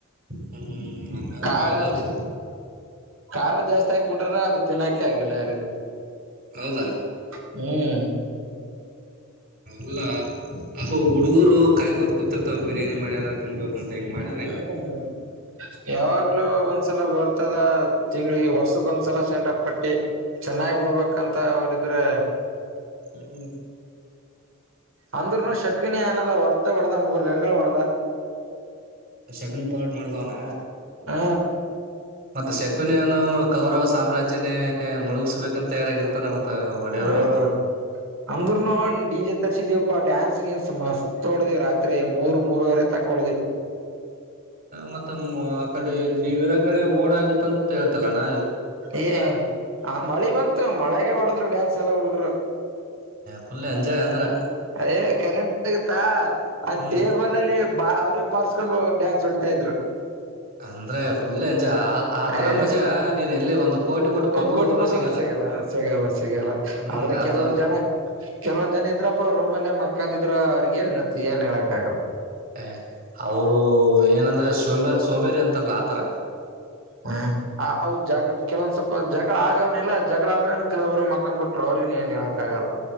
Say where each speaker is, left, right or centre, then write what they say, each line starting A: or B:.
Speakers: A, on the right; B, on the right.
A: ಹ್ಮ್ ನಂಗ
B: ಖಾರ
A: ಬಾಳೆದ ಆಗ್ತದೆ
B: ಖಾರ ಜಾಸ್ತಿ ಆಕ್ಬ ಬಿಟ್ರ ಅದು ತಿನ್ನಾಕೆ ಆಗಿಲ್ಲ ಯಾರು
A: ಹೌದಾ
B: ಹ್ಮ್
A: ಅಲ್ಲ ಹಾವು ಹುಡುಗರು ಕಾಯ್ಕೊಂತ ಕುೂತಿರ್ತಾವ ಬಿರಿಯಾನಿ ಮಾಡ್ಯಾರ ತಿನ್ಬೇಕು ಅಂತ ಹಿಂಗ ಮಾಡಿ
B: ಹ್ಮ ಯಾವಾಗ್ಲೂ ಒಂದ್ಸಲ ಬರ್ತದ ತಿಂಗಳಿಗೆ ವರ್ಷಕ್ ಒಂದ್ಸಲ ಸೆಂಡಪ್ ಪಟ್ಟಿ ಚೆನ್ನಾಗಿ ಉಣಬೇಕಂತ ಅವ್ರಿದ್ರೆ
A: ಹ್ಮ
B: ಅಂದ್ರರುನು ಶಕನಿ ಅನಲ್ಲ ಹೊಡತ ಹೊಡದ ಮೂರ್ ಗಂಗಳ ಹೊಡ್ದ
A: ಶಕುನಿ ಪರಟ್ ಮಾಡ್ದವನ
B: ಹಾ
A: ಮತ್ತ ಶಕುನಿಯ ಅನ್ನೋನು ಕೌರವ ಸಾಮ್ರಾಜ್ಯನೇ ಮುಳುಗಸ್ಬೇಕಂತ ತಯಾರಾಗಿರ್ತಾನ ಮತ್ತ ಒಡೆಯವನೇವ
B: ಹೌದೌದು ಅಂದ್ರ ನೋಡಿಜ ತರಿಸಿದೀವಪ್ಪಾ ಡ್ಯಾನ್ಸ್ ಗಿನ್ಸ್ ಮಸ್ತ್ ಹೊಳ್ದೇ ರಾತ್ರಿ ಮೂರು ಮೂರವರೆ ತಕ ಹೊಳ್ದ್
A: ಮತ್ತ ಆ ಕಡೆ ನೀವವಿರ ಕಡೆ ಮೋಡ ಆಗತ್ತ ಅಂತ ಹೇಳೇತಲ್ಲಣ್ಣ
B: ಏ ಮಳಿ ಬಂತು ಮಳೆಗೆ ಹೊಡದ್ರ ಡ್ಯಾನ್ಸ್ ಎಲ್ಲಾ ಹುಡುಗರು
A: ಫುಲ್ ಎಂಜಾಯ್ ಅಂದ್ರೆ
B: ಅಯ ಕರೆಂಟ್ ಆಗುತ್ತಾ ಆ
A: ಹ್ಮ್
B: ಟೇಬಲ ಅಲ್ಲಿ ಬಾ ಅವ್ರೇ ಬಾರ್ಸ್ಕೊಂಡ್ ಡ್ಯಾನ್ಸ್ ಹೊಡಿತಾ ಇದ್ರು
A: ಅಂದ್ರೆ ಪುಲ್ ಎಂಜ ಆ ಆತರ
B: ಏ
A: ಮಜಾ ನೀನ್ ಎಲ್ಲಿ ಒಂದ್ ಕೋಟಿ ಕೊಟ್ಟ ಪಬ್ಬು
B: ಕೋಟಿ
A: ಹೋದರು
B: ಕೊಟ್ರ
A: ಸಿಗಲ್ಲ
B: ಸಿಗಲ್ಲ ಸಿಗಲ್ಲ
A: ಹ್ಮ್
B: ಆದ್ರೆ
A: ಅದು
B: ಕೆಲವೊಂದ್ ಜನ ಕೆಲವೊ ಜನ ಇದ್ರಪ್ಪ ರೂಮಲ್ಲೆ ಮಕ್ಕಂದ ಇದ್ರು ಅವ್ರಗ ಏನ್ ಹೇಳ್ತಿ ಏನ್ ಹೇಳಕ್ ಆಗಲ್ಲ.
A: ಹೆ ಅವರು ಏನಂದ್ರೆ ಸೋಂಬೇರ್ ಸೋಂಬೇರಿ ಅಂತಾರಲ್ಲ ಆತರ.
B: ಹು. ಆ ಅವ್ ಜಾಗ ಕೆಲೊಂದ್ ಸ್ವಪ ಜಗಳ ಆಗವ್ ಎಲ್ಲ ಜಗಳ ಆದ್ಮಾಗಲ್ಲಾ ಕೆಲವರು ಮಕ್ಕೊಂಡ್ ಬಿಟ್ರು ಅವ್ರಗ ಏನ್ ಹೇಳ. ತಾಗಲ್ಲಾ.